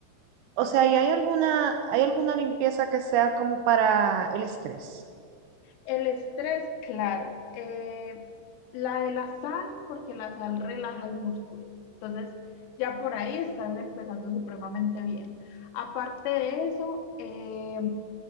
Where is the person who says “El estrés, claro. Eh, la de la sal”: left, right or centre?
Left